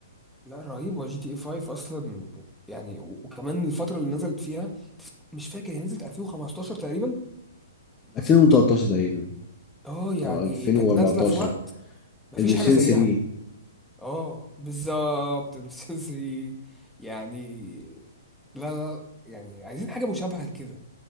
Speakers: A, in the centre; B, on the left.
A: لا رهيبه جي تي اي 5 اصلا يعني و- وكمان الفتره اللي نزلت فيها تف- مش فاكر هي نزلت 2015 تقريبا
B: 2013 تقريبا
A: اه يعني
B: اه 2014
A: كانت نازله في وقت مفيش
B: البلايستيشن
A: حاجه زيها
B: 3
A: اه بالظبط السنسري يعني لا لا لا، يعني عايزين حاجه مشابهه لكده